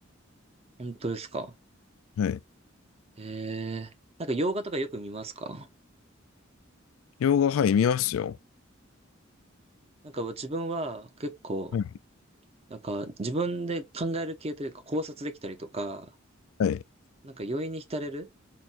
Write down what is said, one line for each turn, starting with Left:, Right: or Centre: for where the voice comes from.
Right: 本当ですか
Left: はい。
Right: へえー。なんか洋画とかよく見ますか
Left: 洋画、はい、見ますよ。
Right: なんか自分は結構、
Left: はい。
Right: なんか自分で考える系というか考察できたりとか、
Left: はい。
Right: なんか余韻に浸れる